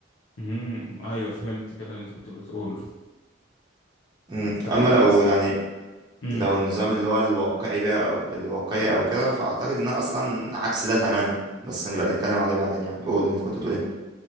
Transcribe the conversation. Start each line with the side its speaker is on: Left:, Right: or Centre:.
Left: مم. ايوه فهمت كده اللي انت كنت بتقوله
Right: أمم،
Left: طب
Right: اما
Left: انت
Right: لو
Left: مس
Right: يعني
Left: مم.
Right: لو النظام اللي هو الواقعي بقى او الواقعي او كده فاعتقد انها اصلا عكس ده تماما بس نبقى نتكلم عليه بعدين يعني قول اللي انت كنت هتقول ايه